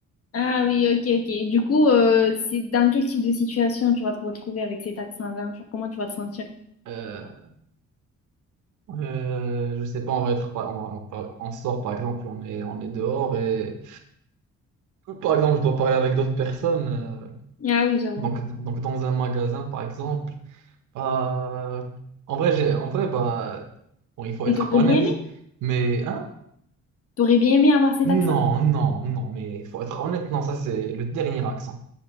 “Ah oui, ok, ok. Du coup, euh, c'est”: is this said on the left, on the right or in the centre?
Left